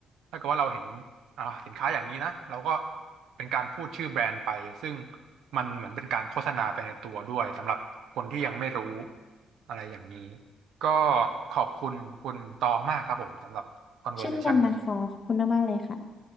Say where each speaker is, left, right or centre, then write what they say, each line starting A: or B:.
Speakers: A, on the right; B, on the left.
A: ถ้าเกิดว่าเราเห็นอ่าสินค้าอย่างนี้นะเราก็เป็นการพูดชื่อแบรนด์ไปซึ่งมันเหมือนเป็นการโฆษณาไปในตัวด้วยสำหรับคนที่ยังไม่รู้อะไรอย่างนี้ก็ขอบคุณคุณตองมากครับผมสำหรับ conversation
B: เช่นกันนะคะขอบคุณมากๆเลยค่ะ
A: นี้